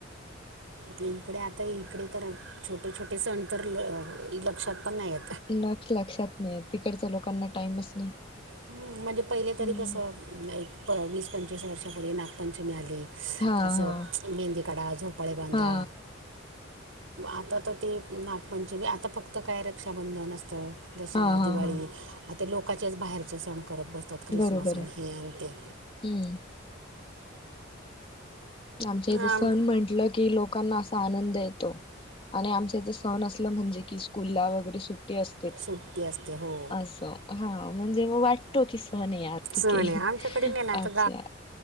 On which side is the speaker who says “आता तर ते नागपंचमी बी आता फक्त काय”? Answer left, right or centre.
Right